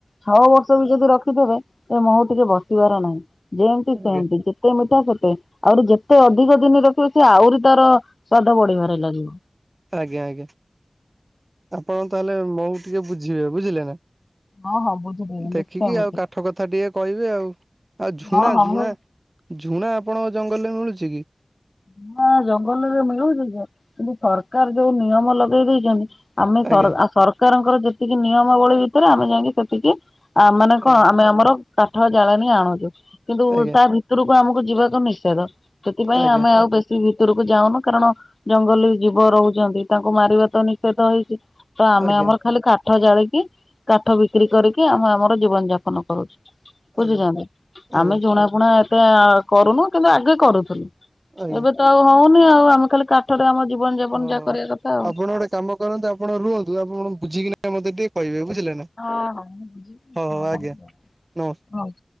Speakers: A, on the left (about 55°); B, on the right (about 45°).
A: ଛଅ ବର୍ଷ ବି ଯଦି ରଖିଥେବେ ଏ ମହୁ ଟିକେ ବସିବାର ନାହିଁ। ଯେମତି
B: ଆଜ୍ଞା
A: ସେମତି ଯେତେ ମିଠା ସେତେ ଆହୁରି ଯେତେ ଅଧିକ ଦିନ ରଖିବେ ସେ ଆହୁରି ତାର ସ୍ଵାଦ ବଢିବାରେ ଲାଗେ।
B: ଆଜ୍ଞା ଆଜ୍ଞା ଆପଣ ତାହେଲେ ମହୁ ଟିକେ ବୁଝିବେ ବୁଝିଲେ ନା?
A: ହଁ ହଁ ବୁଝିଦେବି
B: ଦେଖିକି
A: ନିଶ୍ଚୟ
B: ଆଉ
A: ବୁଝିବି।
B: କାଠ କଥା ଟିକେ କହିବେ ଆଉ ଆଉ ଝୁଣା
A: ହଁ ହଁ
B: ଝୁଣା
A: ମୁଁ
B: ଝୁଣା ଆପଣଙ୍କ ଜଙ୍ଗଲରେ ମିଳୁଛି କି?
A: ଝୁଣା ଜଙ୍ଗଲରେ ମିଳୁଚି ଯେ କିନ୍ତୁ ସରକାର ଯୋଉ ନିୟମ ଲଗେଇ ଦେଇଚନ୍ତି। ଆମେ
B: ଆଜ୍ଞା
A: ସର୍ ସରକାରଙ୍କର ଯେତିକି ନିୟମାବଳୀ ଭିତରେ ଆମେ ଯାଇକି ସେତିକି ଆ ମାନେ
B: ଆଜ୍ଞା
A: କଣ ଆମେ ଆମର କାଠ ଜାଳେଣି ଆଣୁଚୁ କିନ୍ତୁ
B: ଆଜ୍ଞା
A: ତା ଭିତ ଭିତରକୁ ଆମକୁ ଯିବାକୁ ନିଷେଦ ସେଥିପାଇଁ
B: ଆଜ୍ଞା
A: ଆମେ ଆଉ ବେଶୀ ଭିତରକୁ ଯାଉନୁ କାରଣ ଜଙ୍ଗଲୀ ଜୀବ ରହୁଚନ୍ତି ତାଙ୍କୁ ମାରିବା ତ ନିଷେଧ ହେଇଚି ତ ଆମେ
B: ଆଜ୍ଞା
A: ଆମର ଖାଲି କା କାଠ ଜାଳିକି କାଠ ବିକ୍ରି କରିକି ଆମେ ଆମର ଜୀବନ ଯାପନ କରୁଚୁ। ବୁଝୁଛନ୍ତି
B: ଆଜ୍ଞା ଆଜ୍ଞା
A: ଆମେ ଜୁଣା ଫୁଣା ଏତେ ଆ କରୁନୁ କିନ୍ତୁ ଆଗେ କରୁଥିଲୁ।
B: ଆଜ୍ଞା
A: ଏବେ ତ ଆଉ ହଉନି ଆଉ ଆମେ ଖାଲି କାଠରେ ଆମ ଜୀବନ ଯାପନ
B: ଓହୋ
A: ଯାହା କରିବା କଥା ଆଉ।
B: ଆପଣ ଗୋଟେ କାମ କରନ୍ତୁ ଆପଣ ରୁହନ୍ତୁ, ଆପଣ ବୁଝିକିନା ମତେ ଟିକେ କହିବେ ବୁଝିଲେ ନା।
A: ହଁ ହଁ ମୁଁ ବୁଝିକି ମୁଁ
B: ହଉ ହଉ
A: ଆପଣଙ୍କୁ
B: ଆଜ୍ଞା
A: କହିବି
B: ନମସ୍କାର।
A: ହଁ।